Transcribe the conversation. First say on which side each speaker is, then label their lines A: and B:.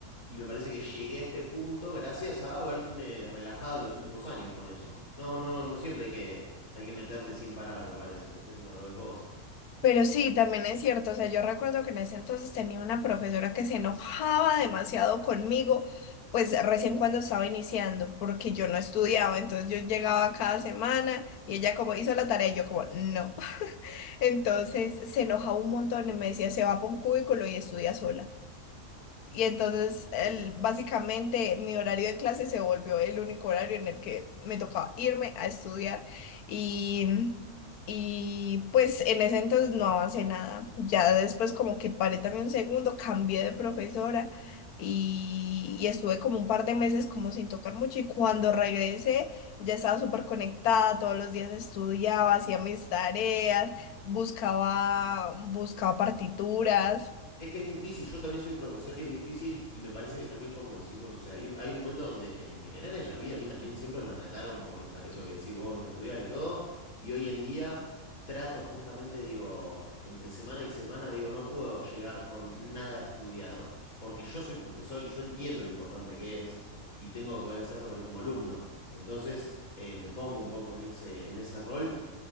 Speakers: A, on the left (about 70°); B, on the left (about 85°).
A: y me parece que llegué a este punto gracias a haberme relajado en los últimos años con eso. No, no, no siempre hay que, hay que meterle sin parar, me parece. No sé cómo lo ves vos.
B: Pero sí, también es cierto, o sea, yo recuerdo que en ese entonces tenía una profesora que se enojaba demasiado conmigo, pues recién cuando estaba iniciando, porque yo no estudiaba, entonces yo llegaba cada semana y ella como hizo la tarea y yo como no. <laughs> Entonces se enojaba un montón y me decía, se va para un cubículo y estudia sola. Y entonces, el,
A: Sí.
B: básicamente, mi horario de clase se volvió el único horario en el que me tocaba irme a estudiar. Y, y pues en ese entonces no avancé nada. Ya después como que paré también un segundo, cambié de profesora y, y estuve como un par de meses como sin tocar mucho. Y cuando regresé, ya estaba súper conectada, todos los días estudiaba, hacía mis tareas, buscaba, buscaba partituras.
A: Es que es difícil, yo también soy profesor y es difícil, y me parece que también, como decís vos, o sea, hay, hay un momento donde en general en la vida a mí también siempre me retaron por esa- eso que decís vos de no estudiar y todo, y hoy en día trato justamente, digo, entre semana y semana, digo, no puedo llegar con nada estudiado, porque yo soy profesor y yo entiendo lo importante que es, y tengo que poder hacerlo también como alumno. Entonces, eh, me pongo un poco en ese, en ese rol,